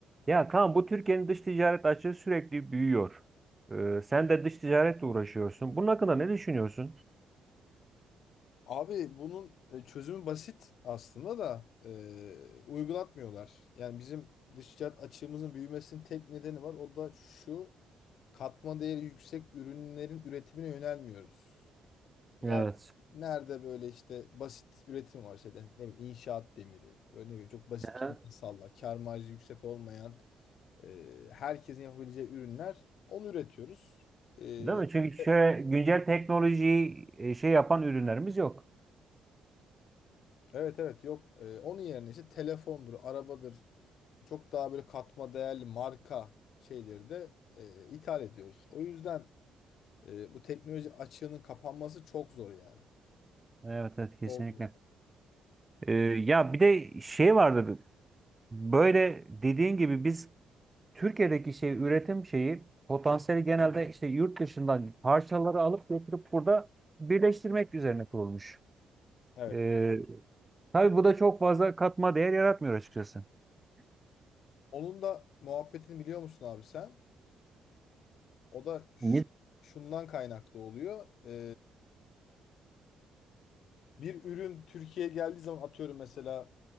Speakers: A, on the right (about 20°); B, on the left (about 70°).
A: Ya tamam bu Türkiye'nin dış ticaret açığı sürekli büyüyor. Ee, sen de dış ticaretle uğraşıyorsun. Bunun hakkında ne düşünüyorsun?
B: Abi bunun e, çözümü basit aslında da e, uygulatmıyorlar. Yani bizim dış ticaret açığımızın büyümesinin tek nedeni var. O da şu katma değeri yüksek ürünlerin üretimine yönelmiyoruz.
A: Evet.
B: Yani nerede böyle işte basit üretim var işte ne bileyim inşaat demiri böyle ne bileyim çok basit
A: Aha.
B: kimyasallar kâr marjı yüksek olmayan e, herkesin yapabileceği ürünler onu üretiyoruz. E,
A: Değil mi? Çünkü şöyle
B: e,
A: güncel teknolojiyi e, şey yapan ürünlerimiz yok.
B: Evet evet yok. Ee, onun yerine işte telefondur, arabadır. çok daha böyle katma değerli marka şeyleri de e, ithal ediyoruz. O yüzden e, bu teknoloji açığının kapanması çok zor yani.
A: Evet evet kesinlikle.
B: Çok zor.
A: Ee, ya bir de şey vardı. Böyle dediğin gibi biz Türkiye'deki şey üretim şeyi potansiyeli genelde işte yurt dışından parçaları alıp getirip burada birleştirmek üzerine kurulmuş.
B: Evet.
A: Ee, tabii bu da çok fazla katma değer yaratmıyor açıkçası.
B: Onun da muhabbetini biliyor musun abi sen? O da ş-
A: Ne?
B: şundan kaynaklı oluyor. E, Bir ürün Türkiye'ye geldiği zaman atıyorum mesela